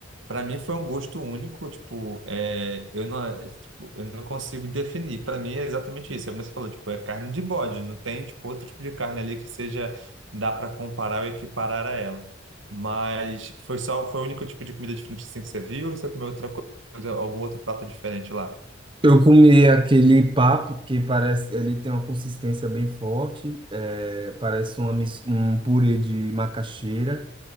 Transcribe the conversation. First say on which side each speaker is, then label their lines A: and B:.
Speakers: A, on the right; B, on the right.
A: Para mim foi um gosto único, tipo, é, eu não, é, tipo, eu não consigo definir. Para mim é exatamente isso. É como você falou, tipo, é carne de bode, não tem tipo outro tipo de carne ali que seja dá para comparar ou equiparar a ela. Mas foi só foi o único tipo de comida diferente assim que você viu, ou você comeu outra coisa, algum outro prato diferente lá?
B: Eu comi aquele papo que parece, ele tem uma consistência bem forte, é, parece uma, mis- um purê de macaxeira.